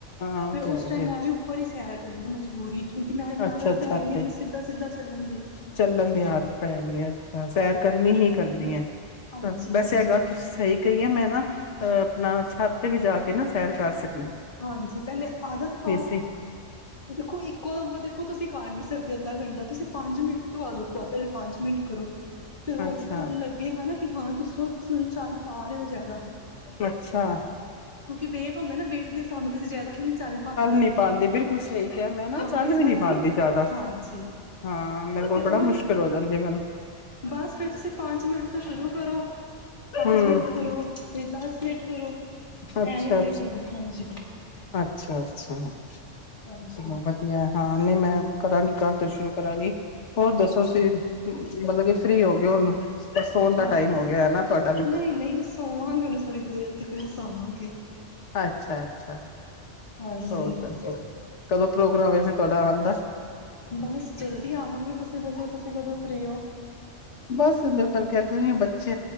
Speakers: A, on the left; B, on the left.
A: ਹਾਂ ਉਹ
B: ਫੇਿਰ
A: ਤੇ
B: ਉਸ
A: ਹੈ ਹੀ
B: ਟਾਈਮ
A: ਹੈ
B: ਮੈਂ ਵੀ ਉੱਪਰ ਹੀ ਸਹਿਰ ਕਰਨੀੀਆਂ ਮਜ਼ਬੂਰੀ ਕਿਉਂਕਿ ਮੈਂ ਵੀ
A: ਅੱਛਾ
B: ਆਦਤ
A: ਅੱਛਾ
B: ਹੈਗੀ ਆ
A: ਤੇ
B: ਵੀ ਸਿੱਧਾ ਸਿੱਧਾ ਚੱਲਣ ਦੀ
A: ਚੱਲਣ ਦੀ ਆਦਤ ਪੈ ਗਈੱ ਸੈਰ ਕਰਨੀ ਹੀ ਕਰਨੀ ਹੈ
B: ਹਾਂਜੀ
A: ਵੈਸੇ
B: ਹਾਂਜੀ
A: ਇਹ ਗੱਲ ਤੁਸੀਂ ਸਹੀ ਕਹੀ ਹੈ ਮੈਂ ਅਹ ਆਪਣਾ ਛੱਤ ਤੇ ਵੀ ਜਾ ਕੇ ਨਾ ਸੈਰ ਕਰ ਸਕ
B: ਹਾਂਜੀ ਪਹਿਲੇ ਆਦਤ ਪਾਓ
A: ਸੀ
B: ਦੇਖੋ ਇੱਕੋ ਦਮ ਦੇਖੋ ਤੁਸੀਂ ਕਾਰ ਨ ਸਕਦੇ ਅੱਧਾ ਘੰਟਾ ਤੁਸੀਂ ਪੰਜ ਮਿੰਟ ਤੋਂ ਵਅਦ ਉਥਓ ਪਹਿਲੇ ਪੰਜ ਮਿੰਟ ਕਰੋ ਫੇਿਰ ਹੋਲੀ
A: ਅੱਛਾ
B: ਵੀ ਤੁਹਾਨੂੰ ਲੱਗੇਗਾ ਨਾ ਕਿ ਹਾਂ ਦੱਸੋ ਤੁਸੀਂ ਹੁਣ ਚੱਲ ਪਾ ਰਹੇ ਹੋ ਜ਼ਿਆਦਾ
A: ਅੱਛਾ
B: ਵੇਟ ਹੁੰਦੇ ਨਾ ਸਮ ਤੁਸੀ ਜ਼ਿਆਦਾ ਵੀ ਨਹੀਂੀ ਚੱਲ ਪਾਉਂਦੇ
A: ਨੀ ਪਾਉਂਦੀ ਬਿਲਕੁਲ ਸਹੀ ਕਿਹਾ ਮੈਂ ਨਾ
B: ਹਾਂ
A: ਚੱਲ
B: ਇਸ ਕਰਕੇ
A: ਵੀ ਨੀ ਪਾਉਂਦੀ ਜ਼ਿਆਦਾ
B: ਹਾਂਜੀ
A: ਹਾਂ ਮੇਰੇ ਕੋਲ
B: ਤੇ
A: ਬੜਾ
B: ਉਹੀ
A: ਮੁਸ਼ਕਿਲ ਹੋ ਜਾਂਦੀ ਮੈਨੂੰ
B: ਬਸ ਫਿਰ ਤੁਸੀਂ ਪੰਜ ਮਿੰਟ ਤੋਂ ਸ਼ੁਰੂ ਕਰੋ ਪੰਜ
A: ਹਮ
B: ਮਿੰਟ ਕਰੋ ਫਿਰ ਦਸ ਮਿੰਟ ਕਰੋ
A: ਅੱਛਾ
B: ਐਵੇਂ ਐਵੇਂ
A: ਅੱਛਾ
B: ਕਰੋ ਹਾਂਜੀ
A: ਅੱਛਾ ਅੱਛਾ
B: ਹਾਂਜੀ
A: ਚਲੋ ਵਧੀਆ ਹਾਂ ਨਹੀਂ ਮੈਂ ਕਰਾਂਗੀ ਕੱਲ ਤੋਂ ਸ਼ੁਰੂ ਕਰਾਂਗੀ ਹੋਰ ਦੱਸੋ ਸੀ ਮਤਲਬ ਕਿ ਫਰੀ ਹੋ ਗਨੂੰ ਪਰ ਸੋਣ ਦਾ
B: ਹਾਂ
A: ਟਾਈਮ ਹੋ ਗਿਆ ਨਾ ਤੁਹਾਡਾ
B: ਨਹੀਂ ਨਹੀਂ ਸੋਵਾਂਗੇ ਉਹਨੇ ਥੋੜ੍ਹੀ ਦੇਰ ਤੱਕ ਨਹੀਂ <unintelligible>
A: ਅੱਛਾ ਅੱਛਾ
B: ਹਾਂਜੀ
A: ਹੋਰ ਦੱਸੋ ਕਦੋਂ ਪ੍ਰੋਗਰਾਮ ਹੈ ਫਿਰ ਤੁਹਾਡਾ ਆਉਣ ਦਾ
B: ਬਸ ਜਲਦੀ ਆਵਾਂਗੇ ਤੁਸੀਂ ਦੱਸੋ ਤੁਸੀਂ ਕਦੋਂ ਫ੍ਰਰੀ ਹੋ
A: ਬਸ ਸੁੰਦਰ ਮੂੰ ਕਹਿ ਦੁੰਦੀ ਬੱਚ